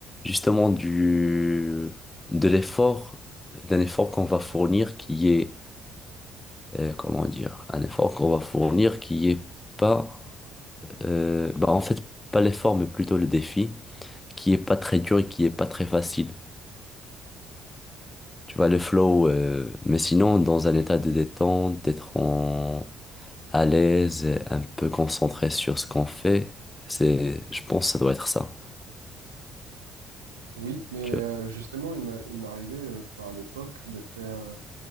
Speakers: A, on the left (about 20°); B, on the right (about 80°).
A: justement du de l'effort, d'un effort qu'on va fournir qui est, euh, comment dire, un effort qu'on va fournir qui est pas euh, bah en fait, pas l'effort, mais plutôt le défi, qui est pas très dur et qui est pas très facile. Tu vois, le flow, euh, mais sinon, dans un état de détente, d'être en... à l'aise, et un peu concentré sur ce qu'on fait, c'est, je pense, que ça doit être ça.
B: oui, mais
A: Tu
B: euh,
A: vois.
B: justement il m'a il m'est arrivé euh, par l'époque de faire euh,